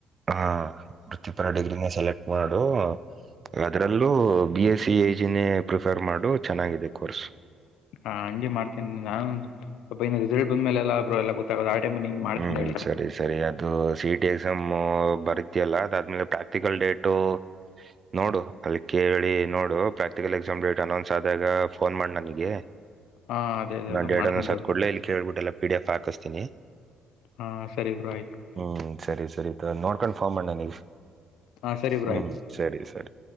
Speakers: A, on the right; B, on the left.
A: ಆ ವೃತ್ತಿಪರ ಡಿಗ್ರಿನ ಸೆಲೆಕ್ಟ್ ಮಾಡು ಅದ್ರಲ್ಲೂ ಬಿ ಎಸ್ ಸಿ ಐಜಿನೇ ಪ್ರಿಫರ್ ಮಾಡು ಚೆನ್ನಾಗಿದೆ ಕೋರ್ಸ್
B: ಹಾ ಹಂಜಗೆ ಮಾಡ್ತೇನಿ ನಾನು ಸ್ವಲ್ಪ ಇ ರಿಸಲ್ಟ್ ಬಂದ್ಮೇಲೆಲ್ಲಾ ಎ ಗೊ ಆ ಟೈಮ ನಿಂ ಮಾಡ್ೀನ
A: ಹ್ಮ್
B: ಹೇಳಿ
A: ಸರಿ ಸರಿ ಅದು ಸಿ ಟಿ ಎಕ್ಸಾಮ್ ಬರತಿಯಲ್ಲ ಅದಾದ್ಮೇಲೆ ಪ್ರಾಕ್ಟಿಕಲ್ ಡೇಟು ನೋಡು ಅಲ್ಲಿ ಕೇಳಿ ನೋಡು ಪ್ರಾಕ್ಟಿಕಲ್ ಎಕ್ಸಾಮ್ ಡೇಟ್ ಅನೌನ್ಸ್ ಆದಾಗ ಫೋನ್ ಮಾಡಿ ನನಗೆ
B: ಹಾ ಅದೇ ಅದೇ
A: ನಾ
B: ಬ್ರೋ
A: ಎರಡ್
B: ಮಾಡ್ತೀನಿ
A: ಒಂದ್ ಸತ್
B: ತಡಿ
A: ಕ ಕೊಡ್ಲೇ ಇಲ್ಲಿ ಕೇಳ್ಬಿಟ್ಟ ಎಲ್ಲ ಪ ಡಿ ಎಫ್ ಹಾಕಿಸತನಿ
B: ಹಾ ಸರಿಬ್ರಾ ಆಯ್ತು
A: ಹ್ಮ್ ಸರಿ ಸರಿ ನೋಡ್ಕೊಂಡು ಫಾರ್ಮ್ ಮಾಡಣ ನನಗ
B: ಹಾ ಸರಿ ಬ್ರೋ
A: ಹ್ಮ್
B: ಆಯ್ತು.
A: ಸರಿ ಸರಿ